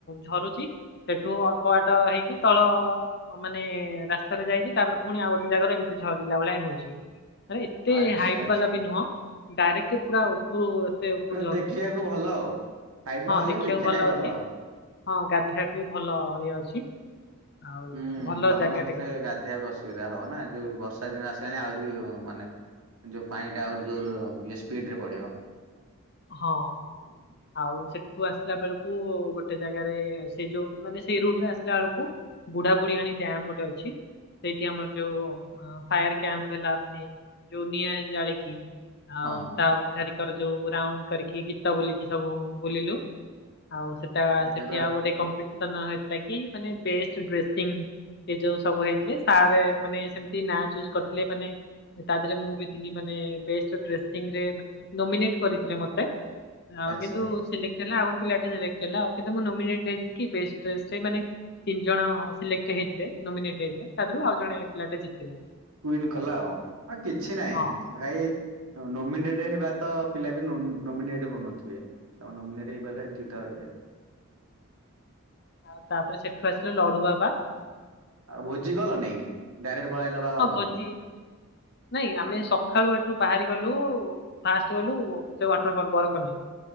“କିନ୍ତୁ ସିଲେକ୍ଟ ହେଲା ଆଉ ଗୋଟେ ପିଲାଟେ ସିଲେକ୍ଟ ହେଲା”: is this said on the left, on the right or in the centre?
Left